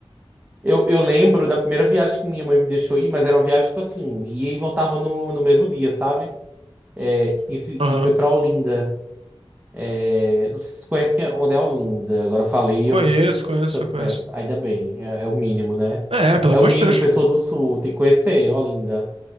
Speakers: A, on the right; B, on the right.
A: Eu, eu lembro da primeira viagem que minha mãe me deixou ir, mas era uma viagem, tipo assim, ia e voltava no, no mesmo dia, sabe? É, que, tinha, sido-
B: Aham.
A: que foi pra Olinda. É, não sei se vocês conhecem é onde é Olinda. Agora eu falei,
B: Conheço,
A: eu me esqueci se
B: conheço,
A: você conhece.
B: eu conheço.
A: Ainda bem, é, é o mínimo, né?
B: É, pelo
A: É
B: amor
A: o mínimo,
B: de Deus.
A: pessoa do Sul, tem que conhecer Olinda.